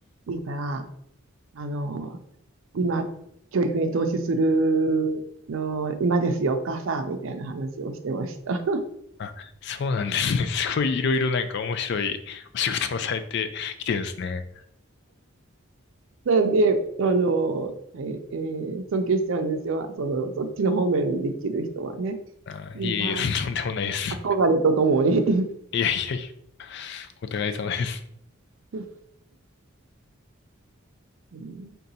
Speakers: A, on the right; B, on the left.
A: いいから、あの、今、教育に投資するの、今ですよ、お母さん、みたいな話をしてました。
B: あ、そうなんですね。<laughs> すごいいろいろなんか面白いお仕事もされてきてるんですね。
A: <laughs> なんで、あの、ええー尊敬しちゃうんですよ。その、そっちの方面にできる人はね。
B: あー、
A: いいな、
B: いえいえ、とんでもないです。
A: 憧れとともに。<laughs>
B: いやいやいや、お互い様です。
A: ですね。